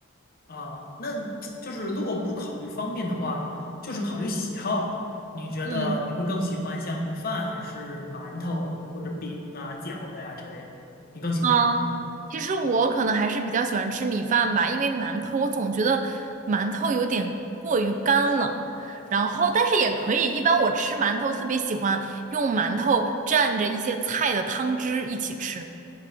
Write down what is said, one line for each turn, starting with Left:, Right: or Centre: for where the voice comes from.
Left: 啊，那就是如果不考虑方便的话，就是考虑喜好。你觉得你会更喜欢像米饭还是馒头或者饼啊、
Right: 嗯
Left: 饺子呀、之类的？你更喜欢哪个？
Right: 嗯，其实我可能还是比较喜欢吃米饭吧，因为馒头我总觉得馒头有点过于干了。然后，但是也可以，一般我吃馒头特别喜欢用馒头蘸着一些菜的汤汁一起吃。